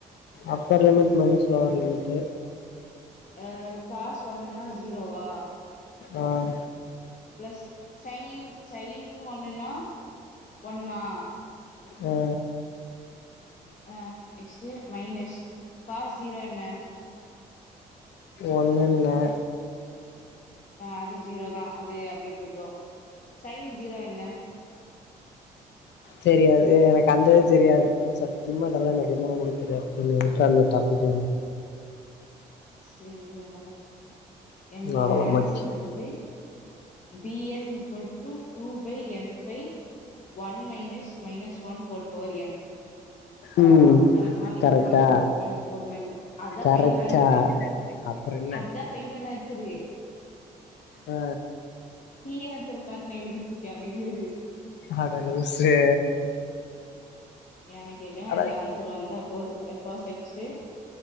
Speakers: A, on the left; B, on the left.
A: upper limit minus lower limit
B: அஹ பாஸ் ஒண்ணுனா ஜீரோவா
A: ஆஹ
B: பிளஸ் சைன் சைன் ஒண்ணுன்னா ஒன்னா
A: ஆ
B: ஆஹ் நெக்ஸ்ட் மைனஸ் காஸ் ஜீரோ என்ன
A: ஒன்னுன்னே
B: அது ஜீரோதான் அது அப்படியே போயிட்டோம் சைன் ஜீரோ என்ன
A: தெரியாது எனக்கு அந்த இது தெரியாது சத்தியமா அதெல்லாம் எனக்கு என்னென்னு கூட தெரியாது என்ன விட்டு அந்த டாபிக் வந்து
B: சரி நம்ம என்னோட
A: நா அதெல்லா
B: ஆன்சர்
A: மக்கி
B: வந்து PN equal to two by N by one minus minus one whole power N அவ்ளோதா
A: ம்
B: எனக் மேல
A: கரெக்டா
B: இதுக் மேல போடறதுக்கு எனக் பொரும்மெல்ல அதா
A: கரெக்டா
B: பைனல் லான்சரே
A: அப்புறோ என்ன
B: அதுதா ஃபைனல் செரி
A: அ
B: கீ ஆன்சர பாத்து எழுதிட்டுருக்கியமே இதேரு
A: அட லூசு
B: எனக்கு எப்டியோ அந்த
A: அட
B: ஆன்சர் வந்தா போது எஃபா எக்ஸு